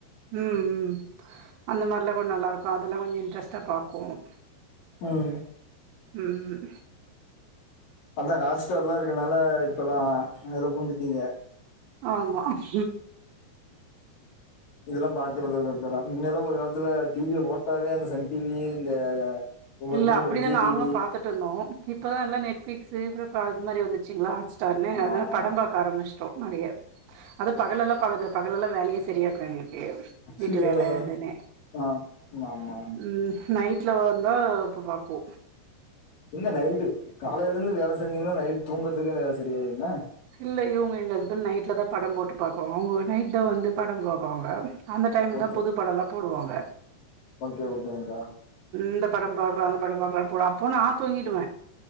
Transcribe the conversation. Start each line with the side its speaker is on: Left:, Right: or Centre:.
Right: ம் ம் அந்த மாரில்லா கொஞ்ச நல்லருக்கு அதெல்லா கொஞ்ச இன்ட்ரெஸ்ட் தா பாக்குவோ
Left: ம்
Right: ம்
Left: அதா ஹாஸ்டர்ல்லா இருக்கனால இப்பல்லா அதுல பூந்துட்டீங்க
Right: ஆமா ம்
Left: இதெல்லா பாக்குறதில்ல முன்னால ஒரு காலத்துல டி விய போட்டாவே அந்த சன் டி வி இந்த ஒவ்வொருத்தரு
Right: இல்ல அப்படிதான
Left: இந்த விஜய்
Right: நாங்களு
Left: டிவி
Right: பாத்துட்ருந்தோ இப்பதா எல்லா நெட்ப்பளிக்ஸ்சு பா அது மாரி வந்துச்சுங்களா ஆட் ஸ்டார்னு
Left: ஆமா ஆமா
Right: பட
Left: ஆமா
Right: பாக்க ஆரம்பிச்சோ நெறைய அது பகல்லா பகலு பகலெல்லா வேலையே சரியா இருக்கு எனக்கு
Left: சியா
Right: வீட்டு வேல எதுனு
Left: ஆ ஆமா
Right: ம் நைட்ல வந்தா இப்ப பாக்கு
Left: எங்க நைட்டு காலையிலருந்து வேலை செஞ்சீங்கன்னா நைட் தூங்குறதுக்கே நேர சரியாயிருமே
Right: இல்ல இவங்க எங்க ஹஸ்பண்ட் நைட்ல தா படம் போட்டு பாக்கு நைட் த வந்து பட பாப்பாங்க அந்த டைம்ல
Left: ஓகே
Right: தா புது படல்லா போடுவாங்க
Left: ஓகே ஓகேங்க்கா
Right: இந்த படம் பாக்கலா அந்த படம் பாக்கலா போவங்க அப்போ நா தூங்கிடுவே